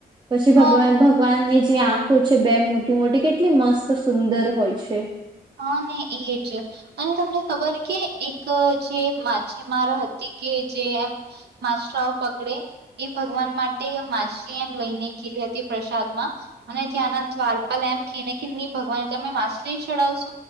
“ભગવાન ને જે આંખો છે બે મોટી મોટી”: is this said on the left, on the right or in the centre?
Right